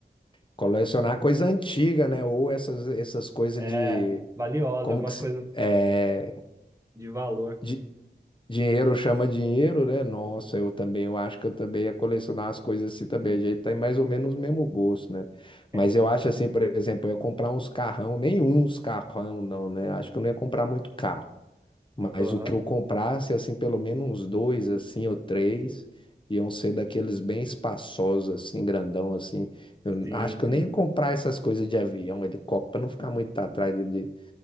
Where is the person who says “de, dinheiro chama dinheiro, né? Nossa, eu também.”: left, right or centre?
Left